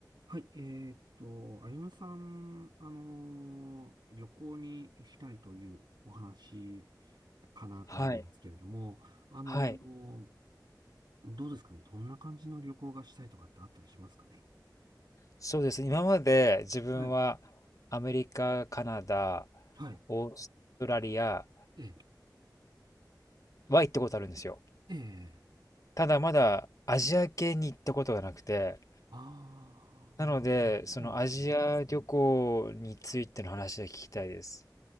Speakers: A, on the right; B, on the left.
A: はい、えーっと、あゆむさん、あのー旅行に行きたいというお話かなと思うんですけれども、
B: はい。
A: あのー
B: はい。
A: どうですかね、どんな感じの旅行がしたいとかってあったりしますかね。
B: そうですね。今まで自分はアメリカ、
A: はい、
B: カナダ、
A: はい、
B: オーストラリア
A: ええ、
B: は行ったことあるんですよ。
A: ええ、
B: ただまだアジア系に行ったことがなくて、
A: ああ、
B: なので、そのアジア旅行についての話が聞きたいです。
A: そうなんですね。